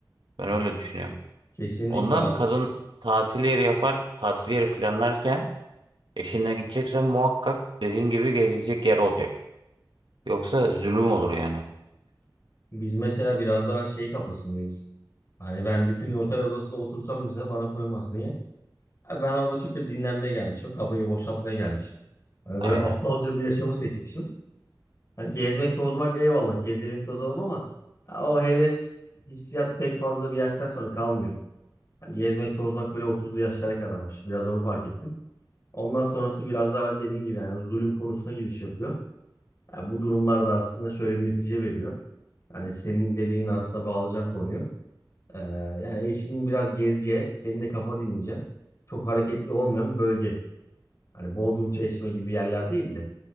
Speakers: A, on the right (about 80°); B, on the left (about 40°).
A: Ben öyle düşünüyorum.
B: Kesinlikle
A: Ondan
B: abi.
A: kadın tatil yeri yapar, tatil yeri planlarken eşine gideceksen muhakkak dediğin gibi gezilecek yer olacak. Yoksa zulüm olur yani.
B: Biz mesela biraz daha şey kafasındayız. Hani ben bütün gün otel odasında otursam mesela bana koymaz. Niye? Ben orada çünkü dinlenmeye gelmişim. Kafayı boşaltmaya gelmişim. Hani böyle
A: Aynen.
B: aptalca bir yaşamı seçmişim. Hani gezmek, tozmak eyvallah. Gezelim, tozalım ama ya o heves, hissiyat pek fazla bir yaştan sonra kalmıyor. Hani gezmek, tozmak böyle 30'lu yaşlara kadarmış. Biraz onu fark ettim. Ondan sonrası biraz daha öyle dediğim gibi yani zulüm konusuna giriş yapıyor. Yani bu durumlar da aslında şöyle bir netice veriyor. Yani senin dediğinle aslında bağlayacağım konuyu. Ee, yani eşinin biraz gezce, senin de kafa dinleyeceksin. Çok hareketli olmayan bir bölge. Hani Bodrum Çeşme gibi yerler değil de